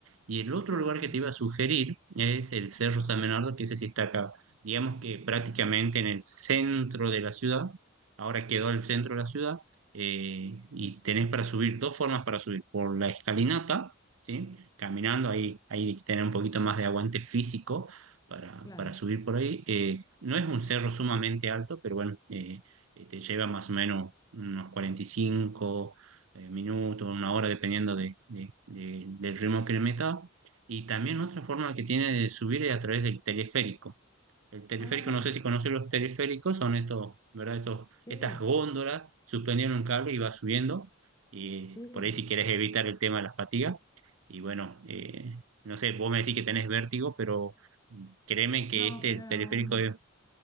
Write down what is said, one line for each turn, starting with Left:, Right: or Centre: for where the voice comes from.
Right: Y el otro
Left: qué bueno,
Right: lugar que te iba a sugerir es el Cerro San Bernardo, que ese sí está acá digamos que prácticamente en el centro de la ciudad, ahora quedó el centro de la ciudad, eh, y tenés para subir dos formas para subir, por la escalinata, ¿sí? Caminando, ahí, ahí tenés un poquito más de aguante físico para,
Left: claro.
Right: para subir por ahí. Eh, no es un cerro sumamente alto, pero bueno, eh, eh, te lleva más o menos unos 45 eh, minutos, una hora, dependiendo de, de- de- del ritmo que le metas. Y también otra forma que tiene de subir es a través del teleférico. El teleférico,
Left: Ah,
Right: no sé si conocen los teleféricos, son estos, ¿verdad? Estos,
Left: sí,
Right: estas góndolas suspendidas en un cable y va subiendo. Y
Left: sí.
Right: por ahí si quieres evitar el tema de la fatiga. Y bueno, eh, no sé, vos me decís que tenés vértigo, pero créeme que
Left: No,
Right: este
Left: pero
Right: teleférico
Left: mm,
Right: eh,